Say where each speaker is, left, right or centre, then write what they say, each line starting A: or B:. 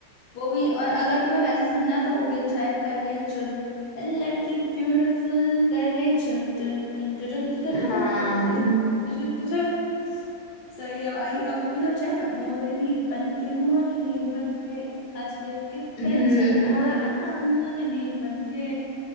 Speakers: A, on the left; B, on the left.
A: वो भी और अगर तुम्हें वैसे सुनना है तो वो भी अच्छा है कर गई चुन लड़की ब्यूटीफुल कर गई चुन टुन टुन टुरु टुरु टुरु
B: हाँ
A: टुरु
B: हम्म,
A: टुरु टुरु। सही है भाई और वो भी तो अच्छा है मोरनी बन के मोरनी बन के आज फिर कितने
B: मतलब
A: चली
B: अ-
A: ना मोरनी बन के